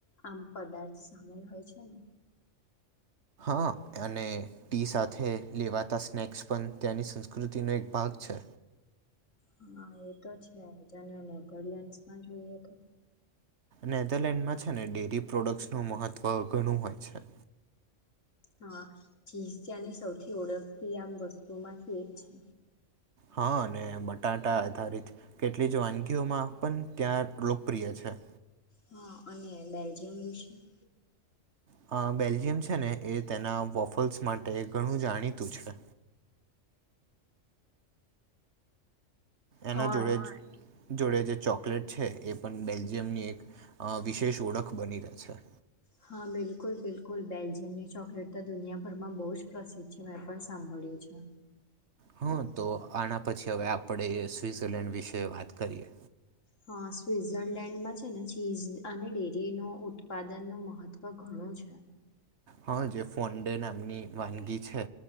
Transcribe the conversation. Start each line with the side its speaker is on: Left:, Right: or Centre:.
Left: આમ પદાર્થ સામેલ હોય છે ને?
Right: હ અને ટી સાથે લેવાતા સ્નેક્સ પણ ત્યાંની સંસ્ કૃતિનો એક ભાગ છે.
Left: હા એ તો છેજને નેધરલેન્ડસમાં જોઈએ તો?
Right: નેધરલેન્ડમાં છે ને ડેરી પ્રોડક્ટ નું મહત્વ ઘણું હોય છે.
Left: હા ચીઝ ત્યાંની સૌથી ઓળખતી આમ વસ્તુમાંથી એ છે.
Right: હા ને બટાટ ધ કેટલી જવાનગી માં પણ ત્યાં લોકપ્રિય છે.
Left: હા અને બેલ્જિયમ વૉફેલ્સ
Right: અ બેલ્જિયમ છે ને એ તેના વોફલ્સ માટે ઘણું જાણીતું છે. એના
Left: હા
Right: જોડે જોડે જે. ચોકલેટ છે, એ પણ બેલ્જીિયમની એક વિશેષ ઓળખ બની રહે છે.
Left: હા બિલકુલ બિલકુલ બેલ્જિયમની ચોકલેટ તો દુનિયાભરમાં બહુ જ પ્રસિદ્ધ છે, મેં પણ સાંભળ્યું છે.
Right: હા, તો આના પછી હવે આપણે સ્વઝરલેન્ડ વિશે વાત કરીએ.
Left: હા સ્વિઝરલેન્ડમાં છે, ને ચીઝ અને ડેરી નો ઉત્પાદન ન મહત્વ ઘણું છે.
Right: હા જે ફોડે નામની વાનગી છે